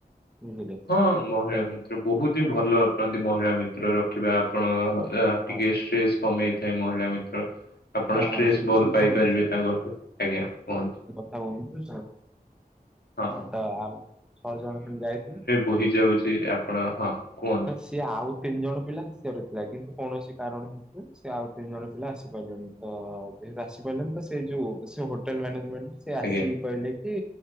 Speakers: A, in the centre; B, on the left.
A: ବୁଝିଲେ
B: ହଁ ମହିଳା
A: ତ
B: ମିତ୍ର ବହୁତ ହିଁ ଭଲ ଅଟନ୍ତି ମହିଳା ମିତ୍ରର କିବା ଆପଣଙ୍କ ଏହା
A: ହଁ
B: ଟିକେ ଷ୍ଟ୍ରେସ୍ କମେଇଥାଏ ମହିଳା ମିତ୍ର। ଆପଣ
A: ହଁ
B: ଷ୍ଟ୍ରେସ୍
A: ହଁ ଶୁ
B: ଭଲ୍
A: ଶୁ
B: ପାଇପାରିବେ
A: ଶୁଣନ୍ତୁ
B: ତାଙ୍କଠାରୁ ଆଜ୍ଞା କୁହନ୍ତୁ।
A: ହଉନ୍ତୁ
B: ହଁ।
A: ହଉ ତ ଆ ଛଅ ଜଣ ଖଣ୍ଡେ ଯାଇଥିଲୁ।
B: ବହି ଯାଉଚି ଆପଣ ହଁ କୁହ।
A: ତ ସିଏ ଆଉ ତିନି ଜଣ ପିଲା ଆସିବାର ଥିଲା କିନ୍ତୁ କୌଣସି କାରଣ ହେତୁ ସେ ଆଉ ତିନି ଜଣ ପିଲା ଆସିପାଇଲେଣି। ତ ଯେହେତୁ ଆସି ପାଇଲେନି ତ ସେ ଯୋଉ ସେ ହୋଟେଲ ମାନେଜମେଣ୍ଟ ସେ ଆସିକି
B: ଆଜ୍ଞା।
A: କହିଲେ କି